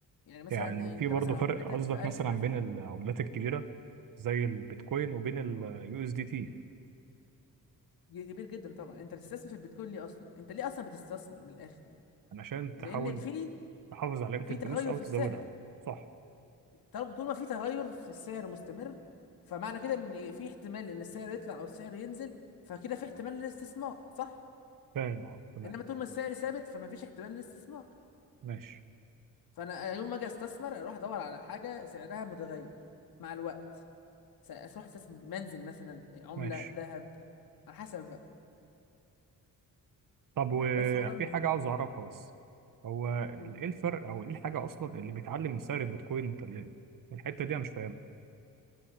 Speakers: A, on the left; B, on the right.
A: يعني مثلا
B: يعني وفي
A: انت
B: برضه
A: مثلا عملتك
B: فرق قصدك
A: ب 1000
B: مثلا
A: مثلا
B: بين العملات الكبيرة زي البيتكوين وبين اليو اس دي تي
A: كبير جدا طبعا انت بتستثمر في البيتكوين ليه اصلا انت ليه اصلا بتستثمر من الاخر يعني
B: عشان تحاول
A: لان في
B: تحافظ على قيمة
A: في
B: الفلوس
A: تغير
B: أو
A: في
B: تزودها
A: السعر
B: صح
A: طالما- طول ما في تغير في السعر مستمر فمعنى كده ان في احتمال ان السعر يطلع او السعر ينزل فكده في احتمال للاستثمار صح
B: فاهم اه تمام
A: انما طول ما السعر ثابت فما فيش احتمال للاستثمار
B: ماشي
A: فانا يوم ما اجي استثمر اروح ادور على حاجه سعرها متغير مع الوقت س- اروح استثمر منزل مثلا عمله
B: ماشي
A: ذهب على حسب بقى
B: طب وفي
A: بس هو ده الموضوع
B: حاجة عاوز أعرفها بس هو ال-
A: مم.
B: إيه الفرق أو إيه الحاجة أصلا اللي بيتعلم من سعر البيتكوين ومدلله الحتة دي أنا مش فاهمها